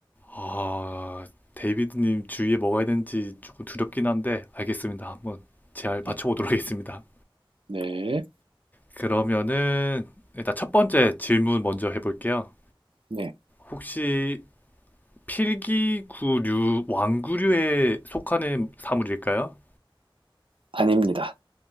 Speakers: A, on the left; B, on the right.
A: 아, 데이비드님 주위에 뭐가 있는지 조금 두렵긴 한데, 알겠습니다. 한번 잘 맞춰보도록
B: 네,
A: 하겠습니다.
B: 네,
A: 그러면은, 일단 첫 번째 질문 먼저 해볼게요.
B: 네.
A: 혹시 필기구류, 왕구류에 속하는 사물일까요?
B: 아닙니다.